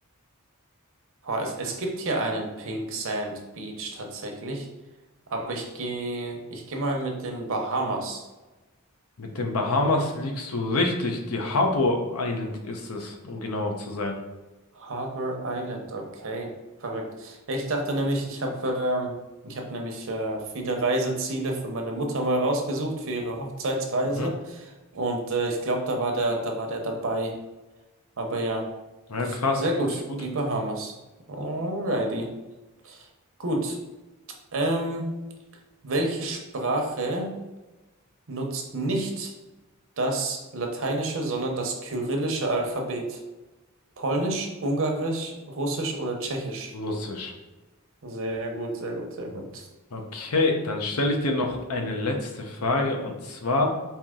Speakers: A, on the right (about 60°); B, on the left (about 75°).
A: boah, es, es gibt hier einen Pink Sand Beach tatsächlich. Aber ich gehe, ich gehe mal mit den Bahamas.
B: Mit den Bahamas liegst du richtig. Die Harbour Island ist es, um genauer zu sein.
A: Harbour Island, okay, verrückt. Ja, Ich dachte nämlich, ich habe äh, ich habe nämlich äh, viele Reiseziele für meine Mutter mal rausgesucht für ihre Hochzeitsreise
B: Mhm.
A: und äh, ich glaube, da war der da war der dabei. Aber ja,
B: Ja, krass,
A: sehr gut,
B: wirklich gut.
A: die Bahamas. Alrighty, gut. Ähm, welche Sprache nutzt nicht das lateinische, sondern das kyrillische Alphabet? Polnisch, Ungarisch, Russisch oder Tschechisch?
B: Russisch.
A: Sehr gut, sehr gut, sehr
B: Ja.
A: gut.
B: Okay, dann stelle ich dir noch eine letzte Frage und zwar,